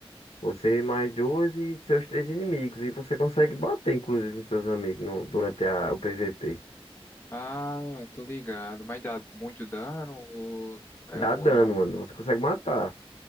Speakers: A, on the left; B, on the left.
A: Você e mais duas e seus três inimigos. E você consegue bater, inclusive, nos seus amigos no- durante a- o PVP.
B: Ah, tô ligado. Mas dá muito dano ou, é,
A: Dá
B: ou
A: dano,
B: não?
A: mano. Você consegue matar.